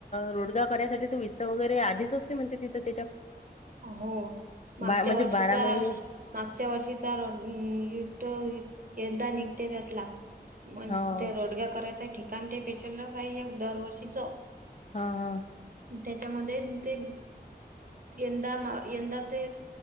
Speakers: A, on the left; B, on the right.
A: रोडगा करायसाठी तो विस वगैरे आधीच असते म्हणते तिथ.
B: हो मागच्या
A: बा म्हणजे
B: वर्षीचा
A: महिने
B: मागच्या वर्षीचा विसतो यंदा निघते त्यातला. मग
A: हां,
B: त्या रोडग्या करायचं आहे ठिकाण ते पेशललाच आहे एक दरवर्षीच.
A: हा हा.
B: त्याच्यामध्ये ते. यंदा यंदा ते